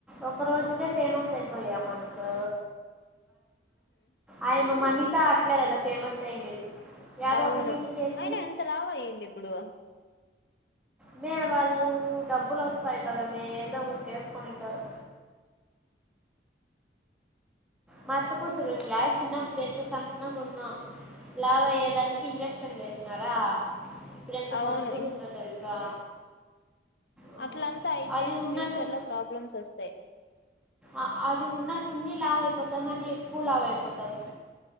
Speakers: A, in the centre; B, on the left.
A: ఒక రోజుకె ఫేమస్ అయిపోయామనకో ఆయమ్మ మమ్మి ఇంకా అట్లే కదా ఫేమస్ అయిండేది యాదాపురి
B: అవును
A: శేశ్
B: అయినా ఇంత లావు అయింది ఇప్పుడు
A: మే మ్ వాళ్ ఈ డబ్బులు ఓస్తాయి కదా ఏదో ఒకటి చేసుకుని ఉంటారు మా అత్త కూతురుంది అయ చిన్నప్పుడుఎంత సన్నగుందో లావయ దానికి ఇంజక్షన్ వేసినారా ఇప్పుడు ఎంత
B: అవును
A: బొద్దుగుందో తెలుసా ఆ,
B: అట్లంత అయితే
A: అది ఉన్నట్టు
B: ఫ్యూచర్ లో ప్రాబ్లమ్స్ ఒస్తాయి
A: ఆ అది ఉన్నట్టుండి లావ్ అయిపోతం అది ఎక్కువ లావ్ అయిపోతం